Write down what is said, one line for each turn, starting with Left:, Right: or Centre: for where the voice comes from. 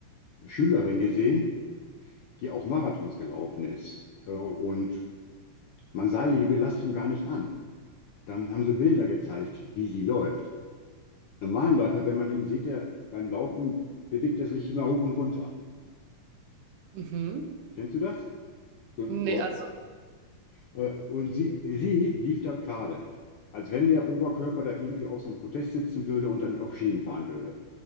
Left: Schülerin gesehen, die auch Marathons gelaufen ist. Äh, Und man sah ihr die Belastung gar nicht an. Dann haben haben sie Bilder gezeigt, wie sie läuft. Normalen Läufer, wenn man ihn sieht, der beim Laufen bewegt er sich immer hoch und runter.
Right: Mhm.
Left: Kennst du das? So ein
Right: Nee,
Left: Läufer.
Right: also,
Left: Äh, Und sie, sie lief dort gerade, als wenn der Oberkörper da irgendwie auf so einem Podest sitzen würde und dann auf Schienen fahren würde.